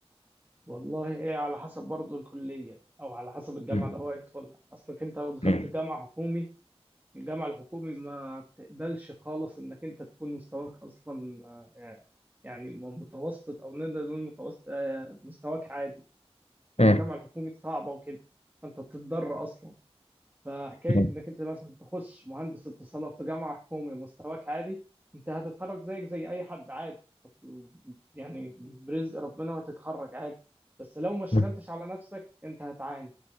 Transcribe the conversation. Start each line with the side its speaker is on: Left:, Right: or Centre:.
Right: والله ايه على حسب برضه الكليه او على حسب الجامعه
Left: مم.
Right: اللي هو يدخلها اصلك انت لو دخلت
Left: مم.
Right: جامعه حكومي الجامعة الحكومي ما بتقبلش خالص انك انت تكون مستواك اصلا آه، يعني متوسط او نقدر نقول متوسط آه، مستواك عادي
Left: مم.
Right: ان الجامعة الحكومي صعبة وكده فانت بتضطر اصلا فحكاية
Left: مم.
Right: انك انت مثلا تخش مهندس اتصالات في جامعة حكومي مستواك عادي انت هتتخرج زيك زي اي حد عادي أصل يعني برزق ربنا وهتتخرج عادي بس لو ما شغلتش
Left: مم.
Right: على نفسك انت هتعاني